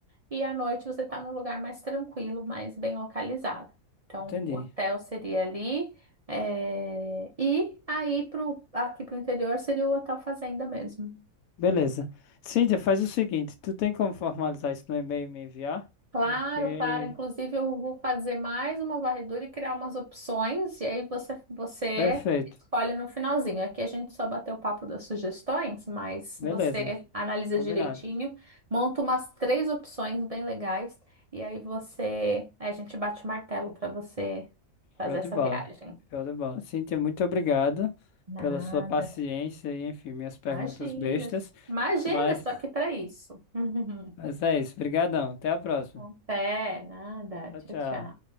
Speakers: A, on the right; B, on the left.
A: E à noite você está num lugar mais tranquilo, mais bem localizado. Então,
B: entendi.
A: o hotel seria ali. eh, E aí, pro, aqui para o interior, seria o Hotel Fazenda mesmo.
B: Beleza. Cíntia, faz o seguinte: tu tem como formalizar isso no e-mail e me enviar?
A: Claro,
B: Porque.
A: claro. Inclusive, eu vou fazer mais uma varredura e criar umas opções, e aí você, você
B: Perfeito,
A: escolhe no finalzinho. Aqui a gente só bateu o papo das sugestões, mas
B: beleza,
A: você analisa
B: combinado.
A: direitinho, monta umas três opções bem legais, e aí você, aí a gente bate o martelo para você fazer
B: Show
A: essa
B: de bola.
A: viagem.
B: Show de bola. Cíntia, muito obrigado
A: Nada.
B: pela sua paciência e, enfim, minhas perguntas
A: Imagina.
B: bestas.
A: Imagina,
B: Mas,
A: estou aqui para isso. <laughs>
B: mas é isso. Obrigadão. Até a próxima.
A: Até, nada.
B: Tchau,
A: Tchau,
B: tchau.
A: tchau.